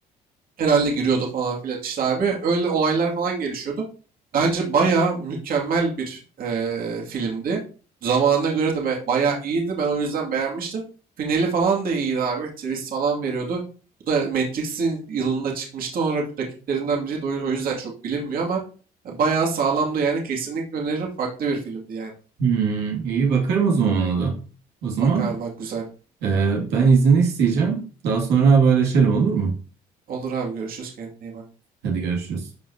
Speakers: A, on the right; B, on the right.
A: herhalde giriyordu falan filan işte abi. Öyle olaylar falan gelişiyordu. Bence baya mükemmel bir eee, filmdi. Zamanına göre de be- bayağı iyiydi. Ben o yüzden beğenmiştim. Finali falan da iyiydi abi. Twist falan veriyordu. Bu da Matrix'in yılında çıkmıştı. onun rak- rakiplerinden biriydi. O o yüzden çok bilinmiyor ama e, bayağı sağlamdı yani. Kesinlikle öneririm. Farklı bir filmdi yani.
B: Hmm, iyi bakarım o zaman ona da. O zaman
A: Bak abi bak güzel.
B: e, ben izni isteyeceğim. Daha sonra haberleşelim olur mu?
A: Olur abi görüşürüz. Kendine iyi bak.
B: Hadi görüşürüz.